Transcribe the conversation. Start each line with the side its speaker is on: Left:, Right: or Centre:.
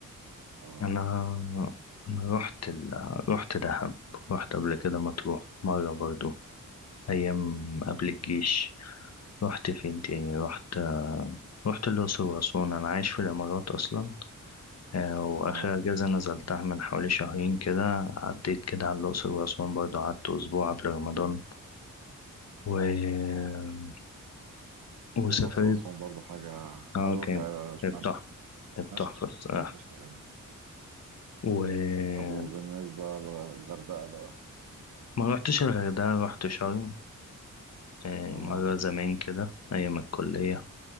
Right: اه
Left: أنا أنا رحت ال... رحت دهب رحت قبل كده مطروح مرة برضو أيام قبل الجيش رحت فين تاني رحت رحت الأقصر وأسوان أنا عايش في الإمارات أصلا آه، وآخر
Right: اه
Left: أجازة نزلتها من حوالي شهرين كده عديت كده على الأقصر وأسوان برضه قعدت أسبوع قبل رمضان و... آه،
Right: اه
Left: وسافرت
Right: الأقصر وأسوان برضه حاجة
Left: اه
Right: حلوة
Left: كانت
Right: كمشتى
Left: كانت تحفة كانت
Right: مشتى
Left: تحفة الصراحة
Right: مشتى جميل
Left: وما
Right: طب وبالنسبة للغردقة بقى
Left: روحتش الغردقة روحت شرم آه،
Right: اه
Left: مرة زمان كده أيام الكلية